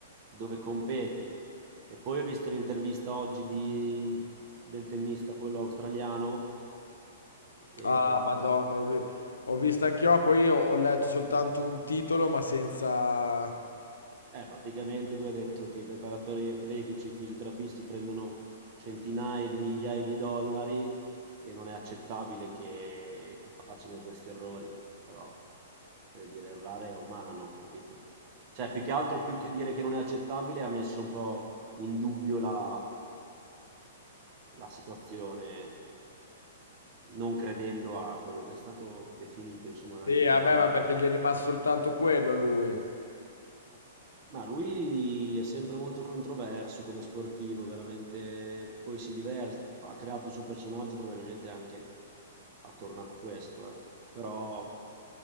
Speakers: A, on the right; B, on the left.
A: dove competi. E poi ho visto l'intervista oggi di- del tennista, quello australiano, e
B: Ah, Madonna, l'ho vi- ho visto anch'io, poi ho, ho letto soltanto un titolo, ma senza...
A: Eh, praticamente lui ha detto che i preparatori atletici, i fisioterapisti prendono centinaia di migliaia di dollari e non è accettabile che, che facciano questi errori, però voglio dire, errare è umano, capito? Cioè, più che altro, più che dire che non è accettabile, ha messo un po' in dubbio la, la situazione, non credendo a quello che è stato definito, insomma,
B: Sì,
A: anche
B: vabbè,
A: dalla Corte.
B: ma perché gli è rimasto soltanto quello a lui.
A: Ma lui è sempre molto controverso come sportivo, veramente. Poi si diverte, ha creato il suo personaggio probabilmente anche attorno a questo, eh. Però